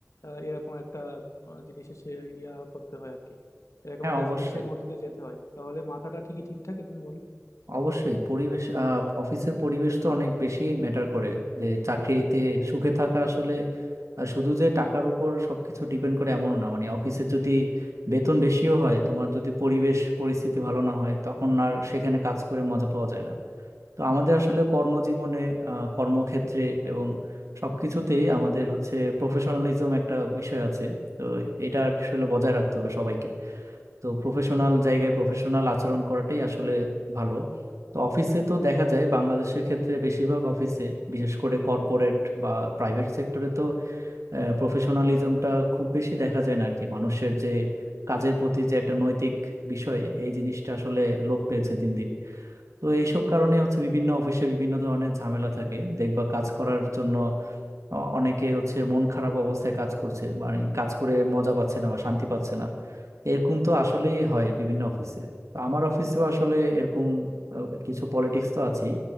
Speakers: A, on the left; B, on the right.
A: আহ, এরকম একটা আহ, জিনিসের সে ইয়া করতে হয় আর কি এরকম
B: হ্যাঁ
A: একটা
B: অবশ্যই
A: জিনিসের মধ্যে দিয়ে যেতে হয় তাহলে মাথাটা ঠিকই ঠিক থাকে তুমি বলো
B: অবশ্যই পরিবেশ আহ, অফিসের পরিবেশ তো অনেক বেশি ম্যাটার করে যে চাকরিতে সুখে থাকা আসলে আহ, শুধু যে টাকার উপর সবকিছু ডিপেন্ড করে এমন না মানে অফিসে যদি বেতন বেশিও হয় তোমার যদি পরিবেশ পরিস্থিতি ভালো না হয় তখন আর সেখানে কাজ করে মজা পাওয়া যায় না তো আমাদের আসলে কর্মজীবনে আহ, কর্মক্ষেত্রে এবং সবকিছুতেই আমাদের হচ্ছে প্রফেশনালিজম একটা বিষয় আছে তো এটা আসলে বজায় রাখতে হবে সবাইকে তো প্রফেশনাল জায়গায় প্রফেশনাল আচরণ করাটাই আসলে ভালো তো অফিসে তো দেখা যায় বাংলাদেশের ক্ষেত্রে বেশিরভাগ অফিসে বিশেষ করে কর্পোরেট বা প্রাইভেট সেক্টরে তো প্রফেশনালিজমটা খুব বেশি দেখা যায় না আর কি মানুষের যে কাজের প্রতি যে একটা নৈতিক বিষয় এই জিনিসটা আসলে লোপ পেয়েছে দিন দিন তো এইসব কারণে হচ্ছে বিভিন্ন অফিসে বিভিন্ন ধরনের ঝামেলা থাকে দেখবা কাজ করার জন্য অ- অনেকে হচ্ছে মন খারাপ অবস্থায় কাজ করছে মানে কাজ করে মজা পাচ্ছে না বা শান্তি পাচ্ছে না তো এরকম তো আসলেই হয় বিভিন্ন অফিসে তো আমার অফিসেও আসলে এরকম আহ, কিছু পলিটিক্স তো আছেই